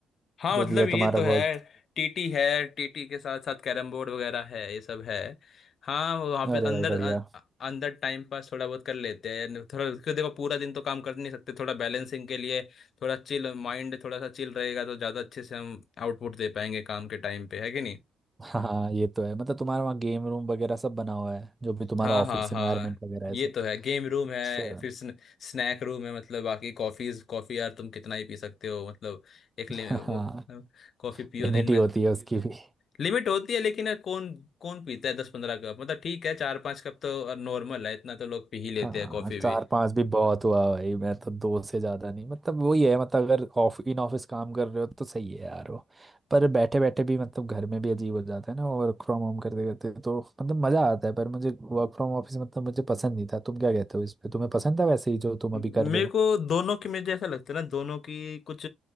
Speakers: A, on the left; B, on the right.
A: हाँ
B: जो
A: मतलब
B: भी है
A: ये
B: तुम्हारा
A: तो है
B: वर्क
A: टीटी है टीटी के साथ साथ कैरम बोर्ड वगैरह है ये सब है हाँ वो वहाँ पे
B: अरे
A: अंदर
B: भाई बढ़िया
A: अ- अंदर टाइम पास थोड़ा बहुत कर लेते हैं थोड़ा क्योंकि देखो पूरा दिन तो काम कर नहीं सकते थोड़ा बैलेंसिंग के लिए थोड़ा चिल माइंड थोड़ा सा चिल रहेगा तो ज़्यादा अच्छे से हम आउटपुट दे पाएंगे काम के टाइम पे है कि नहीं
B: हाँ ये तो है मतलब तुम्हारे वहाँ गेम रूम वगैरह सब बना हुआ है जो भी तुम्हारा
A: हाँ
B: ऑफिस
A: हाँ हाँ
B: एनवायरनमेंट वगैरह है
A: ये
B: सब
A: तो है गेम रूम
B: अच्छा
A: है फिर स्न, स्नैक रूम है मतलब बाकी कॉफीज कॉफी यार तुम कितना ही पी सकते हो मतलब एक
B: <laughs>
A: ले,
B: हाँ
A: वो, कॉफी पियो
B: लिमिट
A: दिन में
B: ही होती है उसकी भी
A: लिमिट होती है लेकिन यार कौन कौन पीता है दस पंद्रह कप मतलब ठीक है चार पांच कप तो नॉर्मल है इतना तो लोग पी ही
B: हाँ
A: लेते हैं कॉफी
B: चार
A: भी
B: पांच भी बहुत हुआ भाई मैं तो दो से ज्यादा नहीं मतलब वही है मतलब अगर ऑफ इन ऑफिस काम कर रहे हो तो सही है यार वो पर बैठे बैठे भी मतलब घर में भी अजीब हो जाता है ना वर्क फ्रॉम होम करते करते तो मतलब मजा आता है पर मुझे वर्क फ्रॉम ऑफिस मतलब मुझे पसंद नहीं था तुम क्या कहते हो इस पे तुम्हें पसंद था वैसे ही जो तुम
A: मेरे
B: अभी कर रहे हो
A: को दोनों की मुझे ऐसा लगता है ना दोनों की कुछ